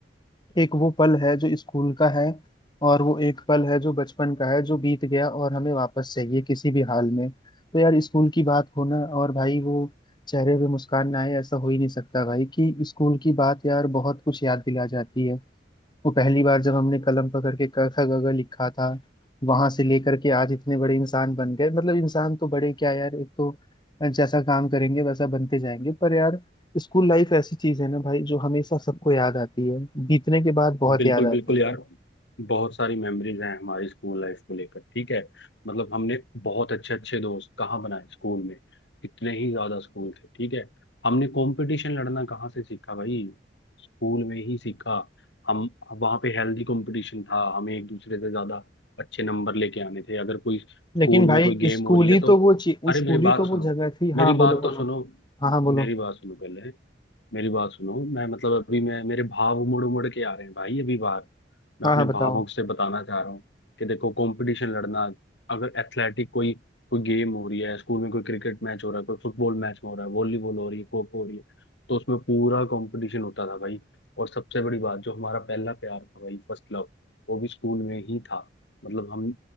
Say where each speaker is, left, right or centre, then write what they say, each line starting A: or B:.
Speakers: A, on the left; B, on the left.
A: एक वो पल है जो स्कूल का है और वो एक पल है जो बचपन का है जो बीत गया और हमें वापस चाहिए किसी भी हाल में तो यार स्कूल की बात हो ना और भाई वो चेहरे पे मुस्कान ना आए ऐसा हो ही नहीं सकता भाई कि स्कूल की बात यार बहुत कुछ याद दिला जाती है वो पहली बार जब हमने कलम पकड़ के क ख ग घ लिखा था वहां से लेकर के आज इतने बड़े इंसान बन गए मतलब इंसान तो बड़े क्या यार एक तो जैसा काम करेंगे वैसा बनते जाएंगे पर यार स्कूल लाइफ ऐसी चीज है ना भाई जो हमेशा सबको याद आती है बीतने के बाद बहुत
B: बिल्कुल
A: याद आती
B: बिल्कुल यार
A: है
B: बहुत सारी मेमोरीज हैं हमारी स्कूल लाइफ को लेकर ठीक है मतलब हमने बहुत अच्छे अच्छे दोस्त कहाँ बनाए स्कूल में कितने ही ज्यादा स्कूल थे ठीक है हमने कंपटीशन लड़ना कहाँ से सीखा भाई स्कूल में ही सीखा हम वहाँ पे हेल्दी कंपटीशन था हमें एक दूसरे से ज्यादा अच्छे नंबर लेके आने थे अगर कोई स्कूल
A: लेकिन भाई
B: में कोई गेम
A: स्कूल
B: हो रही है
A: ही
B: तो
A: तो वो चीज
B: अरे
A: स्कूल
B: मेरी
A: ही
B: बात
A: तो वो
B: सुनो
A: जगह थी
B: मेरी
A: हाँ बोलो
B: बात
A: बोलो
B: तो सुनो
A: हाँ हाँ बोलो
B: मेरी बात सुनो पहले मेरी बात सुनो मैं मतलब अभी मैं मेरे भाव उमड़ उमड़ के आ रहे हैं भाई अभी बाहर मैं
A: हाँ
B: अपने
A: हाँ बताओ
B: भावों से बताना चाह रहा हूँ कि देखो कंपटीशन लड़ना अगर एथलेटिक कोई कोई गेम हो रही है स्कूल में कोई क्रिकेट मैच हो रहा है कोई फुटबॉल मैच हो रहा है वॉलीबॉल हो रही है खो खो हो रही है तो उसमें पूरा कंपटीशन होता था भाई और सबसे बड़ी बात जो हमारा पहला प्यार था भाई फर्स्ट लव वो भी स्कूल में ही था मतलब हम